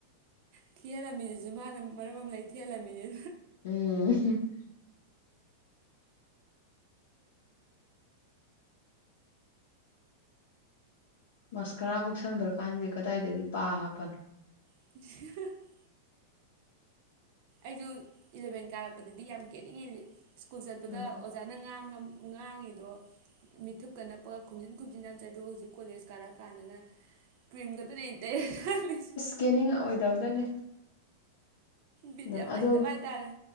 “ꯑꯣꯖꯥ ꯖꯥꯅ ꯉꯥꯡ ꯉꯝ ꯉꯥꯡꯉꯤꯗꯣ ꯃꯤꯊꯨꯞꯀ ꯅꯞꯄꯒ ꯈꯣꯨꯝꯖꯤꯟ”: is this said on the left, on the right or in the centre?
Right